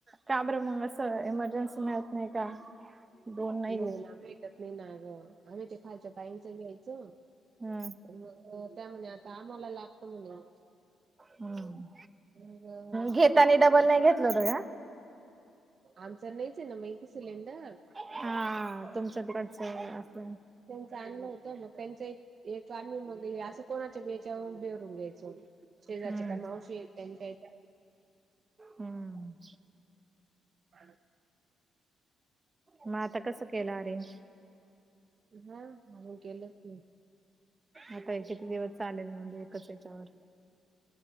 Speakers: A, on the right (about 25°); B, on the right (about 45°).
A: का बरं मग असं इमर्जन्सी मिळत नाही का? दोन
B: नाही
A: घेत
B: ना भेटत नाही ना गं आम्ही ते खालच्या कााईंच घ्यायचं.
A: हम्म
B: मग त्या म्हणी आता आम्हाला लागत म्हणे
A: हम्म
B: मग
A: घेताना
B: त्याच्यामुळे
A: डबल नाही घेतलं होत का
B: आमचर नाहीच आहे ना माहिती सिलेंडर
A: हा तुमचं तिकडचं अस.
B: चांगलं होतं मग त्यांचं एक आम्ही मग असं कोणाच्या बेच्यावरून बेहरून घ्यायचो. शेजारच्या
A: हम्म
B: का मावशी येत त्यांच्या येतात.
A: हम्म
B: ह
A: मग आता कसं केलं अरेंज?
B: हा अजून गेलंच नाही.
A: आता किती दिवस चालेल म्हणजे एकच याच्यावर?